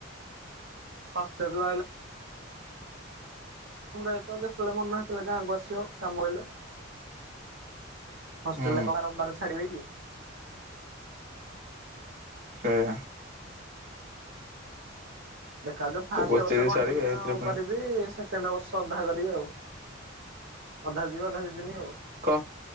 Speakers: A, on the right; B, on the right.
A: ହଷ୍ଟେଲ ରହିଲେ ଯେତେବେଳେ ମନ ସେତେବେଳେ ଗାଁକୁ ଆସିବ କାମ ହେଲେ। ହଷ୍ଟେଲରେ
B: ହୁଁ
A: କ ବାରମ୍ବାର ଛାଡିବେ କି?
B: ସେଇଆ
A: ଦେଖାଯାଉ ଫାଷ୍ଟ
B: କୋଚିଂ
A: ବର୍ଷ କଣ୍ଟିନ୍ୟୁ
B: ଛାଡିବେ ଏଥିରେ ପୁଣି
A: କରିବି ସେକେଣ୍ଡ ବର୍ଷ ଅଧା କରିବି ଆଉ ଅଧା ଯିବି ଅଧା ଯିବିନି ଆଉ।
B: କ